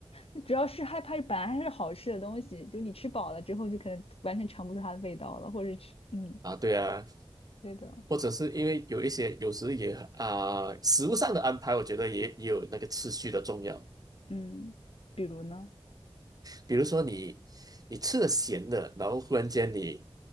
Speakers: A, on the left; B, on the right.
A: 就主要是害怕本来还是好吃的东西，就你吃饱了之后，就可能完全尝不出它的味道了，或者吃，嗯，
B: <laughs> 啊。对啊，
A: 对的，
B: 或者是因为有一些有时也啊、食物上的安排，我觉得也也有那个次序的重要。
A: 嗯，比如呢？
B: 比如说你你吃了咸的，然后忽然间你